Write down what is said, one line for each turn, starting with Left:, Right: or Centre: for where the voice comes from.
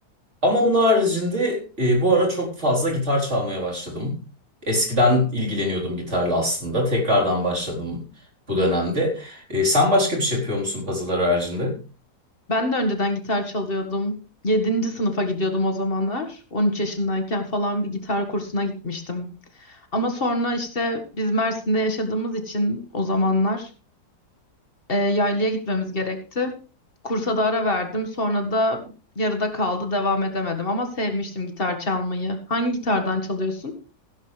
Right: Ama onun haricinde e, bu ara çok fazla gitar çalmaya başladım. Eskiden ilgileniyordum gitarla aslında. Tekrardan başladım bu dönemde. E, sen başka bir şey yapıyor musun puzzle'lar haricinde?
Left: Ben de önceden gitar çalıyordum. Yedinci sınıfa gidiyordum o zamanlar. 13 yaşındayken falan bir gitar kursuna gitmiştim. Ama sonra işte biz Mersin'de yaşadığımız için o zamanlar e, yaylaya gitmemiz gerekti. Kursa da ara verdim. Sonra da yarıda kaldı, devam edemedim. Ama sevmiştim gitar çalmayı. Hangi gitardan çalıyorsun?